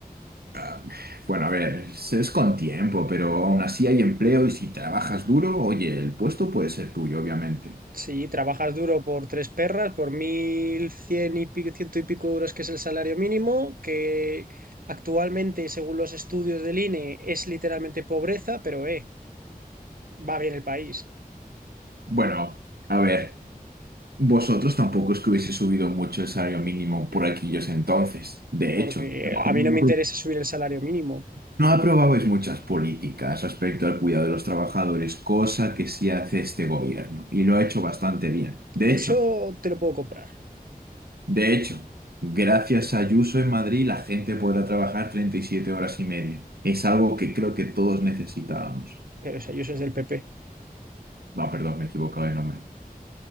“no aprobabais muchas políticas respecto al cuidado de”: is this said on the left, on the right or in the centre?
Right